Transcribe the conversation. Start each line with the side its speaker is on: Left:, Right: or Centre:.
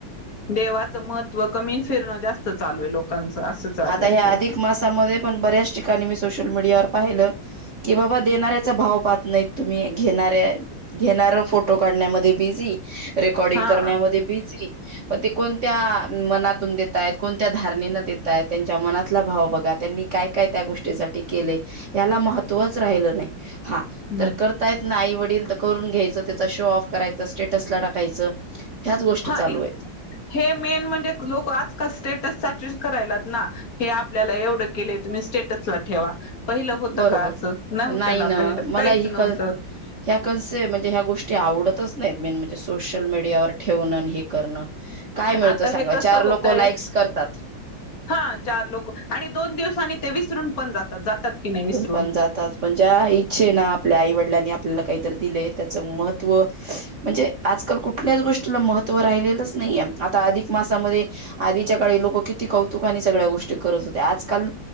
Left: देवाचं महत्त्व कमी अन् फिरणं जास्त चालू आहे. लोकांचं असं चालू
Right: आता
Left: आहे
Right: ह्या
Left: ते
Right: अधिक मासामध्ये पण बऱ्याच ठिकाणी मी सोशल मीडियावर पाहिलं कि बाबा देणाऱ्याचा भाव पाहत नाहीत तुम्ही घेणाऱ्या घेणारं फोटो काढण्यामध्ये बिझी. रेकॉर्डिंग
Left: हा
Right: करण्यामध्ये बिझी म ते कोणत्या मनातून देत? देतायत. कोणत्या धारणे न देताय त्यांच्या मनातला भाव बघा त्यांनी काय काय त्या गोष्टीसाठी केले? याला महत्वच राहिलं नाही, हा
Left: हा
Right: तर कर तायत ना आई वडील तर करून घ्यायचं, त्याचा शो ऑफ करायचा स्टेटसला टाकायचं. ह्याच गोष्टी चालू
Left: आणि
Right: आहेत.
Left: हे मेन म्हणजे लोक आजकाल स्टेटस साठीच करायल्यात ना हे आपल्याला एवढं केलय तुमी स्टेटस ला ठेवा. पहिलं होतं
Right: बरोबर
Left: का असं, नव्हतं
Right: नाही
Left: ना पहिलं
Right: मला
Left: काहीच
Right: ही
Left: नव्हतं.
Right: क ह्या कन्से म्हणजे ह्या गोष्टी आवडतच नाहीत मेन म्हणजे सोशल मीडियावर ठेवणं आणि हे करणं. काय मिळतो
Left: आता
Right: सांगा
Left: हे कसं
Right: चार लोक
Left: होतंय
Right: लाईक्स करतात.
Left: हा चार लोक आणि दोन दिवसानी ते विसरून पण जातात जातात की नाही विसरून.
Right: पण जातात पण ज्या इच्छे ना आपल्या आई वडिलांनी आपल्याला काहीतरी दिलंय त्याचं महत्व म्हणजे आजकाल कुठल्याच गोष्टीला महत्त्व राहिलेलंच नाहीये आता अधिक मासामध्ये आधीच्या काळी लोक किती कौतुका आणि सगळ्या गोष्टी करत होते. आजकाल